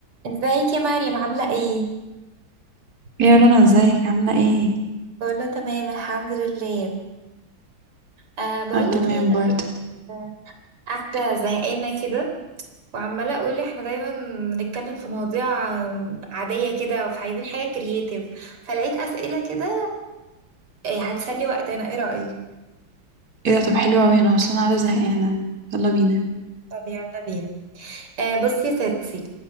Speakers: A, on the right (about 85°); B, on the right (about 40°).
A: ازيك يا مريم عاملة ايه؟
B: يا رنا ازيك عاملة ايه؟
A: كله تمام الحمد لله أه بقولك
B: اه تمام
A: ايه
B: برضه
A: انا كنت قاعدة زهقانة كده وعمالة اقول احنا دايما بنتكلم في مواضيع آم، عادية كده فعايزين حاجة كرييتيف فلقيت اسئلة كده آه، هتسلي وقتنا ايه رأيك؟
B: ايه ده طب حلو اوي انا اصلا قاعدة زهقانة يلا بينا
A: طب يلا بينا أه بصي يا ستي